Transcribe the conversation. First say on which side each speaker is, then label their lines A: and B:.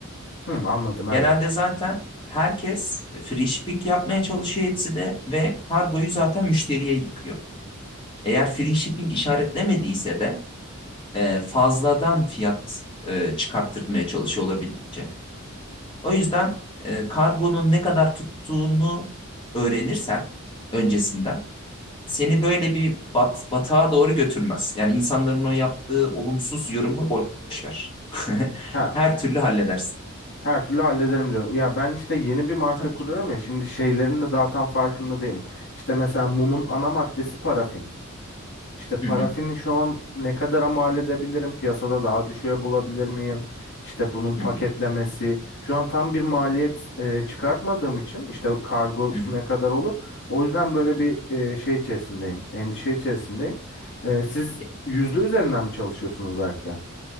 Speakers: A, on the left; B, on the left.
A: Hı, anladım evet.
B: Genelde zaten herkes e, free shipping yapmaya çalışıyor Etsy'de ve kargoyu zaten müşteriye yıkıyor. Eğer free shipping işaretlemediyse de e, fazladan fiyat e, çıkarttırmaya çalışıyor olabildikçe. O yüzden e, kargonun ne kadar tuttuğunu öğrenirsen öncesinden seni böyle bir bat, batağa doğru götürmez. Yani insanların o yaptığı olumsuz yorumu boş ver. <laughs>
A: Ha,
B: Her türlü halledersin.
A: her türlü hallederim diyorum. Ya ben işte yeni bir marka
B: Tabii
A: kuruyorum
B: ki de.
A: ya şimdi şeylerin de daha tam farkında değilim. İşte mesela mumun ana maddesi parafin. İşte parafini
B: Hı hı,
A: şu an ne kadara mal edebilirim? Piyasada daha düşüğe bulabilir miyim? İşte bunun paketlemesi.
B: hı hı,
A: Şu an tam bir maliyet e, çıkartmadığım için işte kargosu
B: hı hı.
A: ne kadar olur? O yüzden böyle bir e, şey içerisindeyim. Endişe içerisindeyim. E, siz
B: Ya,
A: yüzde üzerinden mi çalışıyorsunuz Berk'le?